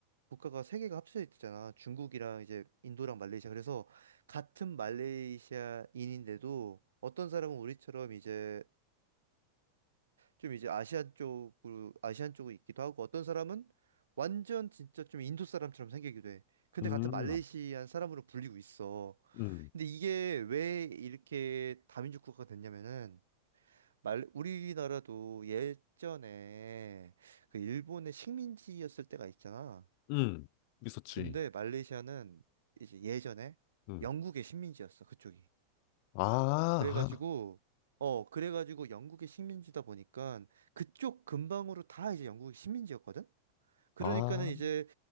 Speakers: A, on the right; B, on the left.
A: 국가가 세 개가 합쳐져 있잖아. 중국이랑 이제 인도랑 말레이시아. 그래서 같은 말레이시아인인데도 어떤 사람은 우리처럼 이제 좀 이제 아시안 쪽으로 아시안 쪽으로 있기도 하고 어떤 사람은 완전 진짜 좀 인도 사람처럼 생기기도 해. 근데
B: 음,
A: 같은 말레이시안 사람으로 불리고 있어.
B: 음,
A: 근데 이게 왜 이렇게 다민족 국가가 됐냐면은 말 우리나라도 예전에 그 일본의 식민지였을 때가 있잖아.
B: 음. 있었지.
A: 근데 말레이시아는 이제 예전에
B: 음.
A: 영국의 식민지였어, 그쪽이.
B: 아,
A: 그래가지고
B: 아,
A: 어, 그래가지고 영국의 식민지다 보니까 그쪽 근방으로 다 이제 영국의 식민지였거든. 그러니까는
B: 아,
A: 이제